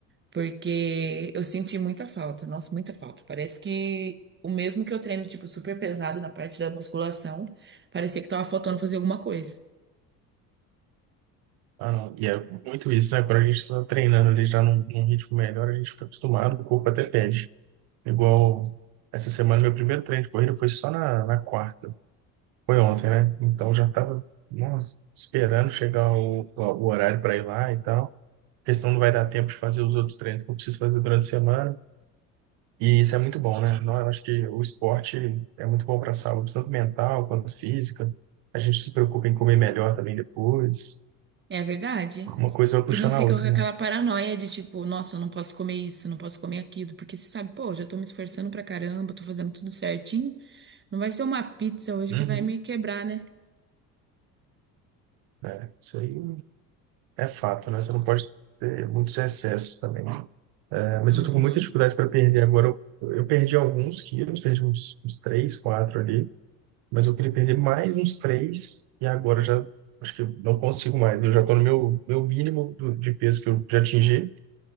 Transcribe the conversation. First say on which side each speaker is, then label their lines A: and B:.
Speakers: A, on the right; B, on the right.
A: Porque eu senti muita falta, nossa, muita falta. Parece que o mesmo que eu treino, tipo, super pesado na parte da musculação, parecia que tava faltando fazer alguma coisa.
B: Ah, não. E é muito isso, né? Quando a gente está treinando ali já num, num ritmo melhor, a gente fica acostumado, o corpo até pede. Igual essa semana, meu primeiro treino de corrida foi só na, na quarta. Foi ontem, né? Então já estava, nossa, esperando chegar o, o o horário para ir lá e tal. Porque senão não vai dar tempo de fazer os outros treinos que eu preciso fazer durante a semana. E isso é muito bom, né? Não, eu acho que o esporte é muito bom para a saúde, tanto mental quanto física. A gente se preocupa em comer melhor também depois.
A: É verdade.
B: Uma coisa vai
A: E
B: puxando
A: não fica
B: a outra,
A: com aquela
B: né?
A: paranoia de tipo, nossa, eu não posso comer isso, não posso comer aquilo, porque você sabe, pô, já tô me esforçando pra caramba, tô fazendo tudo certinho. Não vai ser uma pizza hoje
B: Uhum.
A: que vai me quebrar, né?
B: É, isso aí é fato, né? Você não pode ter muitos excessos também. É, mas
A: Uhum.
B: eu tô com muita dificuldade para perder agora. Eu, eu perdi alguns quilos, perdi uns, uns 3 4 ali, mas eu queria perder mais uns 3 e agora eu já acho que eu não consigo mais. Eu já tô no meu, meu mínimo do- de peso que eu já atingi